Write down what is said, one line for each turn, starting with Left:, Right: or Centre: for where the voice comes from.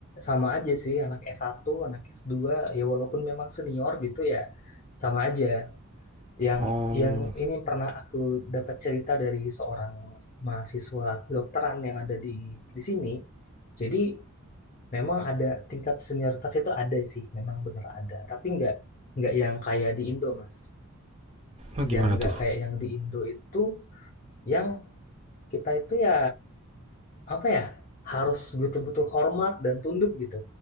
Left: sama aja sih anak s satu anak s dua ya walaupun memang senior gitu ya sama aja Yang
Right: oh,
Left: yang ini pernah aku dapat cerita dari seorang mahasiswa kedokteran yang ada di di sini. Jadi memang ada tingkat senioritas itu ada sih, memang bener ada. Tapi nggak nggak yang kayak di Indo, Mas.
Right: oh gimana
Left: Yang nggak
Right: tuh?
Left: kayak yang di Indo itu, yang kita itu ya apa ya harus betul-betul hormat dan tunduk gitu.